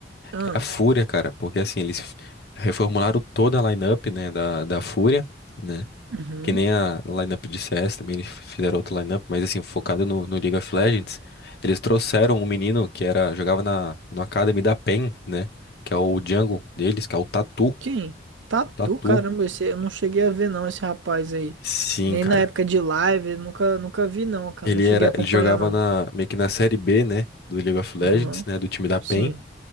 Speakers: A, on the right; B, on the left.
A: Ah,
B: é a Fúria, cara, porque assim, eles reformularam toda a lineup, né, da da Fúria. né?
A: uhum.
B: Que nem a no lineup de CS também, eles fizeram outro lineup, mas assim, focado no, no League of Legends. Eles trouxeram um menino que era, jogava na, no Academy da PEN, né? Que é o jungle deles, que é o Tatu.
A: Quem? Tatu,
B: Tatu.
A: caramba, esse, eu não cheguei a ver não esse rapaz aí.
B: Sim,
A: Nem
B: cara.
A: na época de live, eu nunca, nunca vi não, cara.
B: Ele
A: Não cheguei
B: era,
A: a acompanhar
B: ele jogava
A: não.
B: na, meio que na série B, né? Do League of Legends,
A: Aham,
B: né? Do time da
A: Sim,
B: PEN.